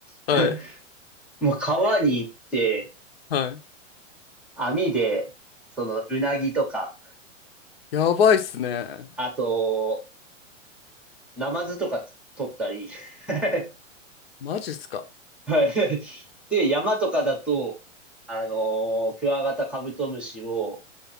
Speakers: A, on the left (about 50°); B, in the centre.
A: はい。
B: <laughs> もう川に行って、
A: はい。
B: 網で、その、うなぎとか、
A: やばいっすね。
B: あと、ナマズとかつ取ったり、<laughs>
A: マジっすか。
B: はいで、山とかだと、あのークワガタカブトムシを